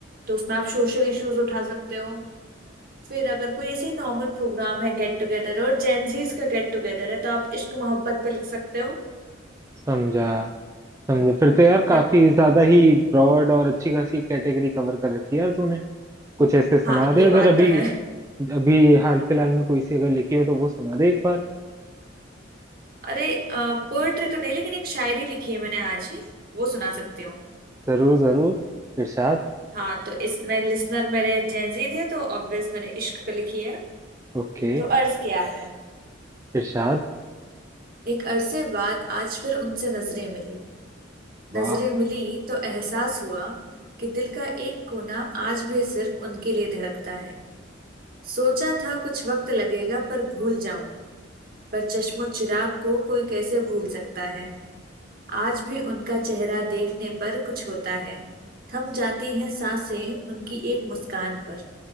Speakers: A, on the right; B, on the right.
A: तो उसमें आप सोशल इश्यूज उठा सकते हो फिर अगर कोई ऐसे नॉर्मल प्रोग्राम है गेट टुगेदर और जेंजीज का गेट टुगेदर है तो आप इश्क मोहब्बत पे लिख सकते हो
B: समझा समझा फिर
A: हम्म,
B: तो यार
A: तो
B: काफी ज्यादा ही ब्रॉड और अच्छी खासी कैटेगरी कवर कर रखी है यार तूने कुछ ऐसे सुना
A: हाँ ये
B: दे अगर
A: बात
B: अभी
A: तो है
B: अभी हाल फिलहाल में कोई सी अगर लिखी हो तो वो सुना दे एक बार
A: अरे पोएट्री तो नहीं लेकिन एक शायरी लिखी है मैंने आज ही वो सुना सकती
B: जरूर जरूर इरशाद
A: हाँ तो इसमें लिसनर मेरे जेंजी थे तो ऑब्वियस मैंने इश्क पे लिखी है
B: ओके
A: तो अर्ज किया है
B: इरशाद
A: एक अरसे बाद आज फिर उनसे नजरें मिली नजरें
B: वाह
A: मिली तो एहसास हुआ कि दिल का एक कोना आज भी सिर्फ उनके लिए धड़कता है सोचा था कुछ वक्त लगेगा पर भूल जाऊं पर चश्मो चिराग को कोई कैसे भूल सकता है आज भी उनका चेहरा देखने पर कुछ होता है थम जाती हैं सांसें उनकी एक मुस्कान पर